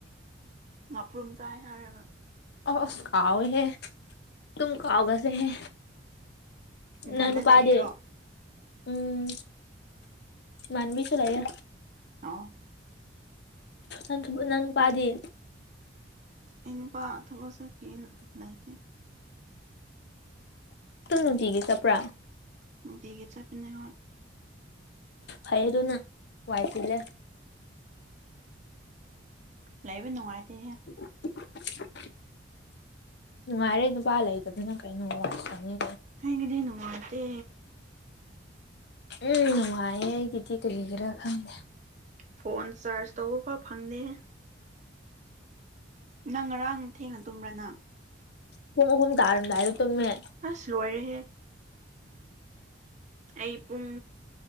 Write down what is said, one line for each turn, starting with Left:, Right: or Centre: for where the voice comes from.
Right: ꯉꯥꯄ꯭ꯔꯨꯝ ꯆꯥꯏ ꯍꯥꯏꯔꯒ
Left: ꯑꯣ ꯑꯁ ꯀꯥꯎꯋꯤ ꯍꯦ ꯇꯨꯝ ꯀꯥꯎꯒꯜꯂꯦ ꯍꯦ
Right: ꯅꯊꯟꯗ
Left: ꯅꯪ ꯅꯨꯄꯥꯗꯤ
Right: ꯂꯩꯔꯤꯔꯣ
Left: ꯎꯝ ꯏꯃꯟꯅꯕꯤꯁꯨ ꯂꯩꯌꯦ
Right: ꯑꯣ
Left: ꯑꯗꯨ ꯅꯪ ꯄꯥꯗꯦ
Right: ꯑꯩ ꯅꯨꯄꯥ ꯊꯕꯛ ꯆꯠꯈꯤ ꯂꯩꯇꯦ
Left: ꯑꯗꯨꯝ ꯅꯨꯡꯇꯤꯒꯤ ꯆꯠꯄ꯭ꯔꯥ
Right: ꯅꯨꯡꯇꯤꯒꯤ ꯆꯠꯄꯅꯦ ꯍꯣ
Left: ꯍꯩꯌꯨꯗꯨꯅ ꯋꯥꯏ ꯆꯤꯜꯂꯦ
Right: ꯂꯩꯕ ꯅꯨꯡꯉꯥꯏꯇꯦꯍꯦ
Left: <unintelligible> ꯅꯨꯡꯉꯥꯏꯔꯦ ꯅꯨꯄꯥ ꯂꯩꯇꯕꯅ ꯀꯩꯅꯣ ꯋꯥꯏ ꯁꯪꯉꯦ
Right: ꯑꯩꯒꯤꯗꯤ ꯅꯨꯡꯉꯥꯏꯇꯦ
Left: ꯎꯝ ꯅꯨꯡꯉꯥꯏꯌꯦ ꯑꯩꯒꯤꯗꯤ ꯀꯔꯤꯒꯤꯔ ꯈꯪꯗꯦ
Right: ꯐꯣꯟ ꯆꯥꯔꯖ ꯇꯧꯕ ꯐꯥꯎ ꯐꯪꯗꯦꯍꯦ ꯅꯪ ꯉꯔꯥꯡ ꯊꯦꯡꯅ ꯇꯨꯝꯕ꯭ꯔꯥ ꯅꯪ
Left: ꯄꯨꯡ ꯑꯍꯨꯝ ꯇꯥꯔꯝꯗꯥꯏ ꯇꯨꯝꯃꯦ
Right: ꯑꯁ ꯂꯣꯏꯔꯦꯍꯦ ꯑꯩ ꯄꯨꯡ